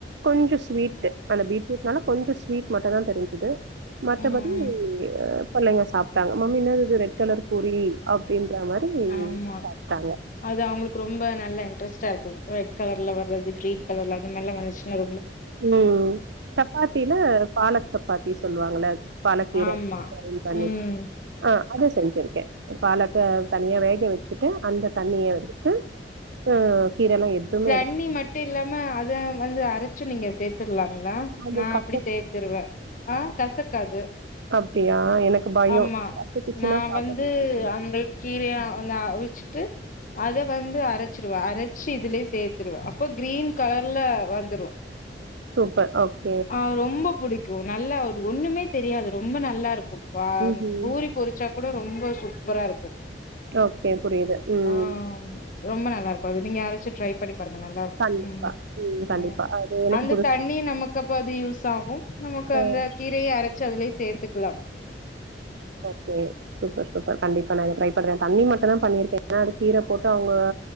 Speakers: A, on the right; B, on the left.
A: கொஞ்சம் ஸ்வீட் அந்த பீட்ரூட்னால கொஞ்சம் ஸ்வீட் மட்டும்தான் தெரிஞ்சுது மத்தபடி
B: ம்
A: அ பள்ளைங்க சாப்பிட்டாங்க மம்மி என்ன இது ரெட் கலர் பூரி அப்டினு அது மாதிரி
B: ஆமா
A: சாப்டா
B: அது அவங்களுக் ரொம்ப நல்ல இன்ரெஸ்ட்டா இருக்கு ரெட் கலர்ல வது கிரீன் கலர்ல அது நல்லா வந்துச்சுன
A: ம் சப்பாத்தில பால சப் பாத்தி சொல்லுவாங்கள பாலக்கீரை
B: ஆமா
A: <inaudible> பண்ணி
B: ம்
A: ஆ அத செஞ்சிரு த் பாலக்க தண்ணியா வேக வச்சுட்டு அந்த தண்ணிய எடுத்து அ கீரல்லா எதுமே
B: ஸ்லண்ணி
A: எடுக்க
B: மட்டு இல்லாம அத வந்து அரைச்சு நீங்க சேர்த்துர்லா ல்ல
A: அந்த
B: நா
A: கத்த
B: அப்டி சேர்த்தருவே ஆ கசக்காது
A: அப்டியா எனக்கு பயோ
B: ஆமா
A: பட்டுக்குச்சுன்னா
B: நா
A: சாப்ட
B: வந்து
A: மாட்டாங்க
B: அந்த கீரையா அந்த அவிச் ச்சுட்டு அத வந்து அரைச்சிருவ அரைச்சு இதுலயே சேர்த்துருவே அப்ப கிரீன் கலர்ல வந்துரு
A: சூப்பர் ஓகே
B: ஆ ரொம்ப புடிக்கு நல்லா ஒரு ஒண்ணுமே தெரியாது ரொம்ப நல்லா இருக் ப்பாம்
A: ம்ஹ்ம்
B: பூரி பொரிச்சா கூட ரொம்ப சூப்பரா இருக்கு
A: ஓகே புரியுது ம்
B: ஆ ரொம்ப நல்லார்க்கு அது நீங்க யாராச்சு ட்ரை பண்ணி பாருங்க நல்லா இருக்கு
A: கண்டிப்பா கண்டிப்பா
B: ம்
A: அது எனக்கு
B: அந்த
A: புதுசு
B: தண்ணி நமக்கப் இப்ப அது யூஸ் ஆகு நமக்கு
A: ம்
B: அந்த கீரைய அரைச் ச்சு அதுல சேர்த்துக்கலா
A: ஓகே சூப்பர் சூப்பர் கண்டிப் ப்பா ட்ரை பண்றே தண்ணி மட்டு தா பண்ணிருக்கே கீரை போட்டு அவங்க